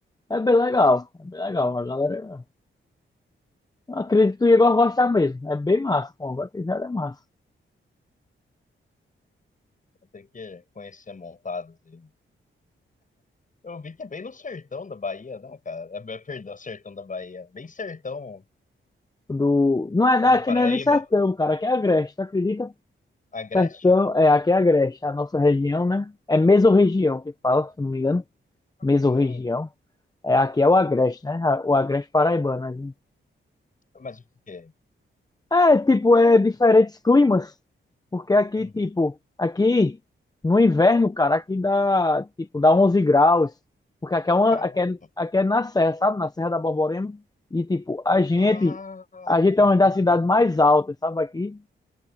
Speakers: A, on the left (about 20°); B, on the left (about 40°).
A: é bem legal, é bem legal. A galera, eu acredito que tu ia gostar mesmo. É bem massa, pô, agora que já é massa.
B: Tem que conhecer montadas aí. Eu vi que é bem no sertão da Bahia, né, cara? É, bem- perdão, sertão da Bahia. Bem sertão
A: Do, não é daqui,
B: do Paraíba.
A: não é nem sertão, cara. Aqui é Agreste, tu acredita?
B: Agreste?
A: Sertão, é, aqui é Agreste, a nossa região, né? É mesorregião que fala, se não me engano. Mesorregião.
B: Hum,
A: É, aqui é o Agreste, né? A- O Agreste Paraibano, né?
B: mas o que que é?
A: É, tipo, é diferentes climas. Porque aqui,
B: Uhum.
A: tipo, aqui no inverno, cara, aqui dá, tipo, dá 11 graus. Porque aqui é, uma,
B: Caraca.
A: aqui é, aqui é na serra, sabe? Na Serra da Borborema. E, tipo, a gente,
B: Ah,
A: a
B: entendi.
A: gente é uma das cidades mais altas, sabe? Aqui